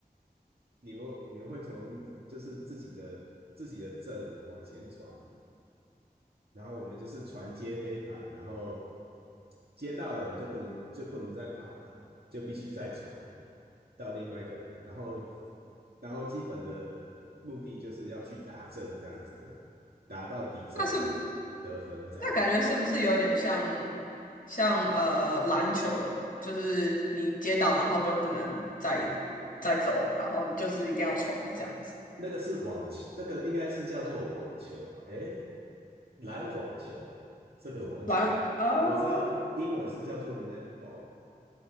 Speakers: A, on the right; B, on the left.
A: 你们你们会从就是自己的自己的阵往前传，然后我们就是传接飞盘，然后接到的人就不能就不能再跑了，就必须再传到另外一个人，然后然后基本的目的就是要去达阵这样子，达到敌阵
B: 那是
A: 得分这样。
B: 那感觉是不是有点像像呃篮球，就是你接到然后就不能再再走，然后你就是一定要传这样子。
A: 那个是网球，那个应该是叫做网球吧？诶，篮网球这个我忘记，
B: 篮哦
A: 我我知道英文是叫做 netball，